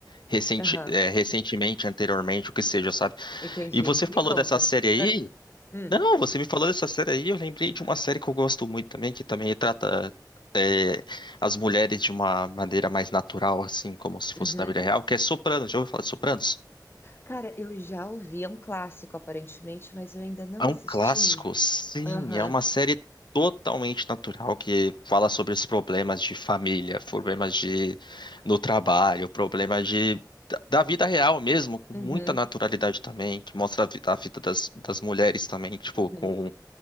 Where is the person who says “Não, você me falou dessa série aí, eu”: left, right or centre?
Left